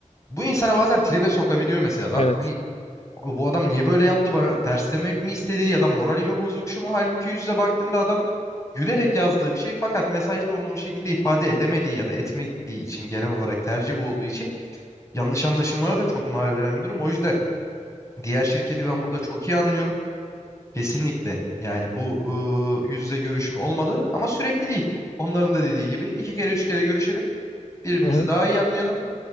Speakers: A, on the left (about 25°); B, on the left (about 50°).
A: Bu insana bazen tribe sokabiliyor mesela lan.
B: Evet.
A: Hani o- Bu adam niye böyle yaptı bana ters demek mi istedi ya da moralimi bozuk şu mu? Halbuki yüzle baktığında adam gülerek yazdığı bir şey fakat mesajda onu o şekilde ifade edemediği ya da etmediği için genel olarak tercih bu olduğu için yanlış anlaşılmalara da çok mal veren bir durum. O yüzden diğer şirketi ben burada çok iyi anlıyorum. Kesinlikle yani bu ıı, yüzle görüşme olmalı ama sürekli değil. Onların da dediği gibi iki kere üç kere görüşelim birbirimizi
B: Hı hı.
A: daha iyi anlayalım.